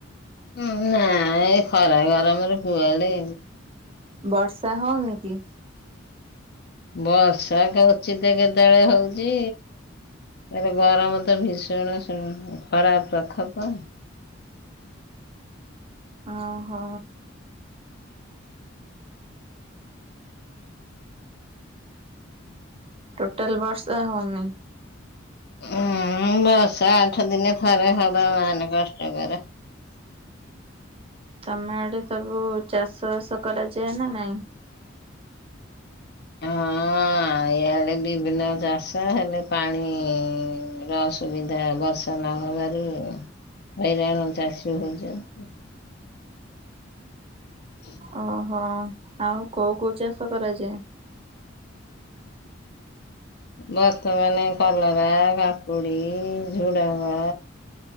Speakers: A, on the left (about 55°); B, on the right (about 30°).
A: ହୁଁ ନା ଏଇ ଖରା ଗରମରେ କୁଆଡେ
B: ବର୍ଷା ହଉନି କି?
A: ବର୍ଷା କୁଚିତ୍‌ କେତେ ବେଳେ ହଉଚି ଇଆରେ ଗରମ ତ ଭୀଷଣ ଖରା ପ୍ରଖପ।
B: ଅଁ ହ। ଟୋଟାଲ୍ ବର୍ଷା ହେଉନି।
A: ଉୁଁ ର୍ବଷା ଆଠ ଦିନେ ଥରେ ହବା ମହାନେ କଷ୍ଟକର।
B: ତମେ ଆଡେ ସବୁ ଚାଷ ବାସ କରାଯାଏ ନା ନାଇଁ।
A: ହଁ ଇଆ ବିଭିନ୍ନ ଚାଷ ହେଲେ ପାଣିର ସୁୁବିଧା ବର୍ଷ ନ ହେବାରୁ ହଇରାଣ ଚାଷୀ ହଉଚନ୍ତି। <inaudible>
B: ଅ ହଁ ଆଉ କୋଉ କୋଉ ଚାଷ କରାଯାଏ।
A: ବର୍ତ୍ତମାନ କଲରା କାକୁୁଡି ଝୁଡଙ୍ଗ।